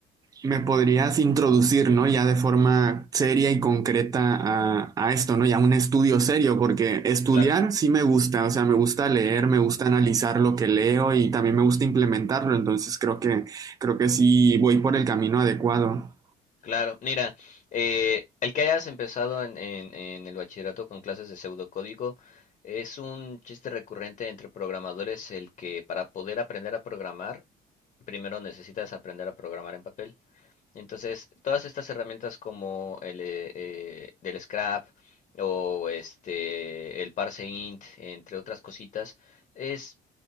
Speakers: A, on the right; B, on the left.
A: me podrías introducir, ¿no? Ya de forma seria y concreta a, a esto, ¿no? Ya un estudio serio, porque estudiar
B: claro.
A: sí me gusta, o sea, me gusta leer,
B: ujú,
A: me gusta analizar lo que leo y también me gusta implementarlo, entonces creo que, creo que sí voy por el camino adecuado.
B: Claro, mira, eh, el que hayas empezado en, en- en el bachillerato con clases de pseudocódigo es un chiste recurrente entre programadores el que para poder aprender a programar, primero necesitas aprender a programar en papel. Entonces, todas estas herramientas como el eh, eh, del scrap o este el parse int, entre otras cositas, es